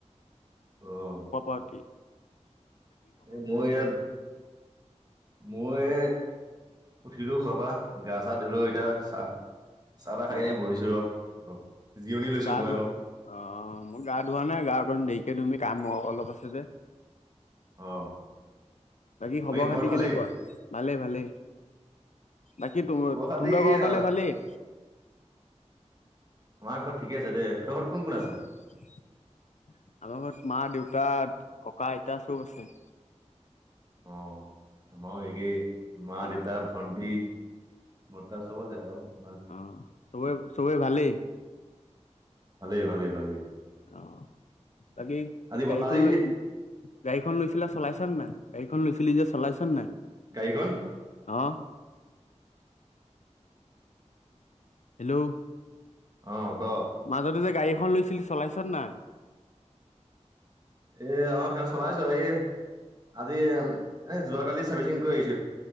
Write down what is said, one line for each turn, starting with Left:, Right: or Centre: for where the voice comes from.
Right: অহ
Left: কপতি
Right: এ মই ইয়াত মই উঠিলো শুৱাৰ পৰা। গা-চা ধুলো এতিয়া চাহ চাহ তাহ খাই
Left: অ
Right: ন বহিছো ৰ। অ' জিৰণি লৈছো
Left: গা
Right: মই
Left: ধোৱা
Right: অলপ।
Left: অ' মই গা ধোৱা নাই। গা অকণ দেৰিকৈ ধুম কাম অলপ আছে যে।
Right: অ
Left: বাকী খবৰ
Right: ঘৰত
Left: খাতি
Right: ভালেই
Left: কেনেকুৱা? ভালেই ভালেই। বাকী তহঁতৰ
Right: খবৰ খাতি
Left: ঘৰৰ
Right: আহ
Left: ফালে ভালেই?
Right: আমাৰ ঘৰত ঠিকে আছে দে। তহঁতৰ ঘৰত কোন কোন আছে?
Left: অ', আমাৰ ঘৰত মা দেউ তা, ককা আইতা চব আছে।
Right: অ', আমাৰো একে মা,
Left: অ
Right: দেউতা, ভণ্টি। <unintelligible>
Left: অ' সৱৰে ভালেই।
Right: ভালেই ভালেই ভালেই।
Left: অ', বাকী
Right: আজি
Left: গাড়ীখন
Right: আজি
Left: লৈ, গাড়ীখন লৈছিলা? চলাইছ' নে নাই, গাড়ীখন লৈছিলি যে চলাইছ নাই?
Right: গাড়ীখন?
Left: অ', হেল্ল'
Right: অ', ক
Left: মাজতে যে গাড়ী এখন লৈছিলি চলাইছ নে নাই?
Right: এ অ, সেই চলাইছোঁ, এ আজি এ যোৱা কালি চাৰ্ভিচিং কৰি আহি